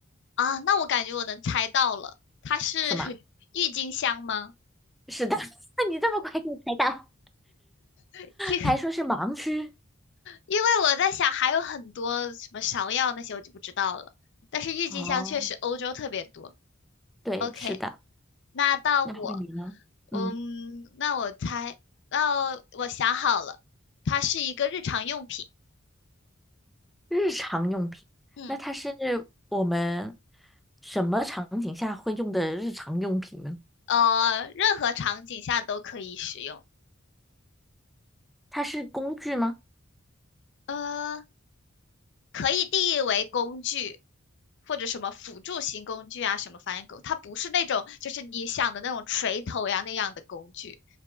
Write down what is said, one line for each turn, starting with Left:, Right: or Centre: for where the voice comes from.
Left: 啊，那我感觉我能猜到了，它是
Centre: 是吗？
Left: <laughs> 郁金香吗？
Centre: 是的，<laughs> 那你这么快就猜到，
Left: 因
Centre: 还说是盲区。
Left: 因为我在想还有很多什么芍药那些我就不知道了，但是郁金香确实欧洲特别多。
Centre: 哦，对，
Left: OK，
Centre: 是的。
Left: 那到我，
Centre: 那换你呢？嗯，
Left: 嗯，那我猜，那我想好了，它是一个日常用品，
Centre: 日常用品，
Left: 嗯，
Centre: 那它是我们什么场景下会用的日常用品呢？
Left: 呃，任何场景下都可以使用，
Centre: 它是工具吗？
Left: 呃，可以定义为工具，或者什么辅助型工具啊，什么翻译狗，它不是那种就是你想的那种锤头呀那样的工具，